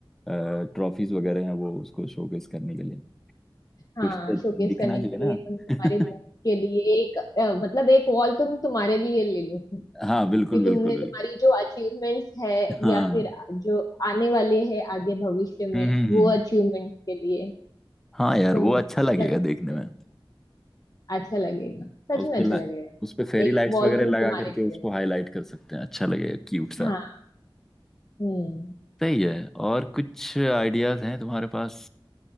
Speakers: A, in the centre; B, on the left.
A: ट्रॉफीज वगैरह हैं वो उसको शोकेस करने के लिए
B: हाँ
A: कुछ तो
B: शोकेस
A: दिखना
B: करने
A: चाहिए
B: के
A: ना
B: लिए तुम तुम्हारे
A: <laughs>
B: बुक के लिए एक अ, मतलब एक वॉल तुम तुम्हारे लिए ले लो
A: हाँ बिल्कुल
B: कि
A: बिल्कुल
B: तुमने तुम्हारी
A: बिल्कुल
B: जो अचीवमेंट्स है
A: हाँ
B: या फिर जो आने वाले हैं आगे भविष्य में
A: हम्म हम्म,
B: वो
A: हम्म।
B: अचीवमेंट्स के लिए
A: हाँ यार
B: तुम
A: वो अच्छा लगेगा
B: रख सकते
A: देखने में
B: हो अच्छा लगेगा सच
A: और उस
B: में
A: पे
B: अच्छा
A: ला
B: लगेगा
A: उस पे फेरी
B: एक
A: लाइट्स
B: वॉल
A: वगैरह
B: तुम
A: लगा
B: तुम्हारे
A: करके
B: लिए
A: उसको
B: रख-
A: हाईलाइट कर सकते हैं अच्छा लगेगा क्यूट सा
B: हाँ हम्म
A: सही है और कुछ आइडियाज हैं तुम्हारे पास